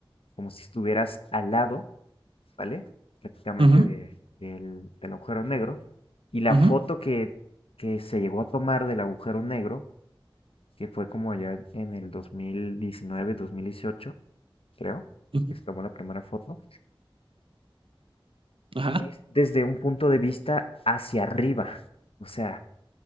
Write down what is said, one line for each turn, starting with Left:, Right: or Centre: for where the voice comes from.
Left: como si estuvieras al lado, ¿vale? Prácticamente
Right: ujú,
Left: de- del, del agujero negro. Y la
Right: ujú,
Left: foto que, que se llegó a tomar del agujero negro que fue como allá en el 2019, 2018, creo,
Right: ujú.
Left: que se tomó la primera foto,
Right: Ajá.
Left: es desde un punto de vista hacia arriba. O sea,